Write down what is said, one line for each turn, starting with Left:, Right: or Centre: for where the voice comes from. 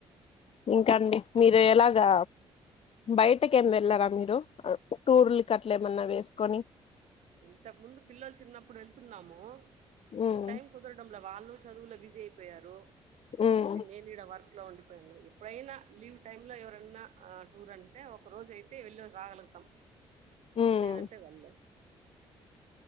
Left: ఇంకాండి మీరు ఎలాగా బయటకేమి వెళ్లారా మీరు టూర్లకట్లా ఏమన్నా వేసుకొని
Right: ఇంతకు ముందు పిల్లలు చిన్నప్పుడు వెళ్తున్నాము ఇప్పుడు
Left: ఉమ్
Right: టైం కుదరడం లేదు ఇలా వాళ్ళు చదువులో బిజీ అయిపోయారు
Left: ఉమ్
Right: నేనుడ వర్క్ లో ఉండిపోయాను ఎప్పుడైనా లీవ్ టైమ్ లో ఎవరన్నా టూర్ అంటే ఒక రోజు అయితే వెళ్ళిు రాగలుగుతాం
Left: ఉమ్
Right: లేదంటే వెళ